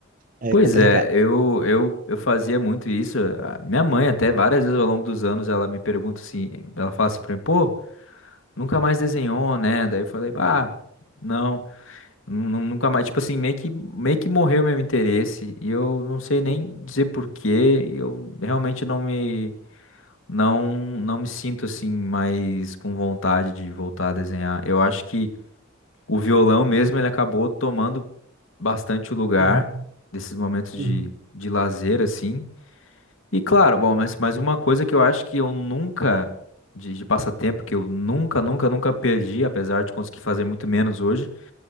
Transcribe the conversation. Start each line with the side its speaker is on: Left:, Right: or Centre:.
Right: É
Left: Pois
Right: complicado.
Left: é, eu, eu, eu fazia muito isso. A minha mãe, até várias vezes ao longo dos anos, ela me pergunta assim, ela fala assim pra mim, pô, nunca mais desenhou, né? Daí eu falei, ah, não. Nu- nu- Nunca mais, tipo assim, meio que, meio que morreu meu interesse. E eu não sei nem
Right: Uhum,
Left: dizer porquê. Eu realmente não me, não, não me sinto assim mais com vontade de voltar a desenhar. Eu acho que o violão mesmo, ele acabou tomando bastante o lugar
Right: uhum,
Left: desses momentos de,
Right: uhum,
Left: de lazer, assim. E claro, bom, mas, mas uma coisa que eu acho que eu nunca, de, de passatempo, que eu nunca, nunca, nunca perdi, apesar de conseguir fazer muito menos hoje,